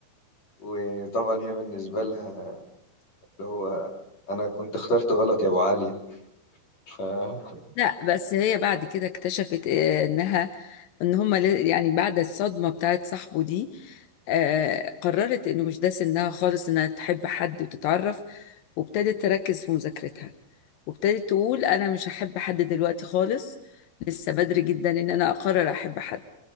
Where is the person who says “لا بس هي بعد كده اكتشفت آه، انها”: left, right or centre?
Left